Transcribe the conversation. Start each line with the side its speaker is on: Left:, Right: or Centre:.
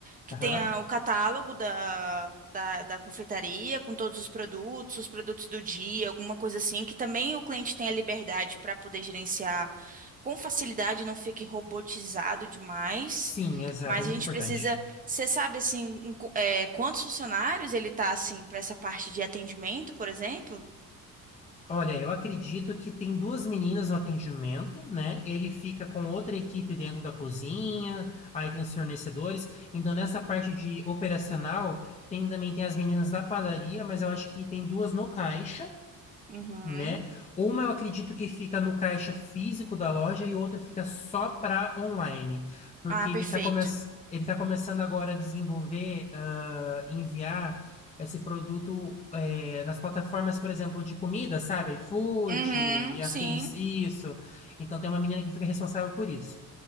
Right: que
Left: Aham.
Right: tenha o catálogo da, da, da confeitaria, com todos os produtos, os produtos do dia, alguma coisa assim, que também o cliente tenha liberdade para poder gerenciar com facilidade, não fique robotizado demais.
Left: Sim, exato,
Right: Mas
Left: é muito
Right: a gente
Left: importante.
Right: precisa, você sabe, assim, em qu- é, quantos funcionários ele tá, assim, para essa parte de atendimento, por exemplo?
Left: Olha, eu acredito que tem duas meninas no atendimento, né? Ele fica com outra equipe dentro da cozinha, aí tem os fornecedores. Então, nessa parte de operacional, tem, também tem as meninas da padaria, mas eu acho que tem duas no caixa.
Right: Uhum.
Left: né? Uma eu acredito que fica no caixa físico da loja e outra fica só para online, porque
Right: Ah,
Left: ele
Right: perfeito.
Left: está come... ele tá começando agora a desenvolver, ah, enviar esse produto eh, nas plataformas, por exemplo, de comida, sabe? iFood
Right: Uhum,
Left: e afins,
Right: sim.
Left: isso. Então tem uma menina que fica responsável por isso.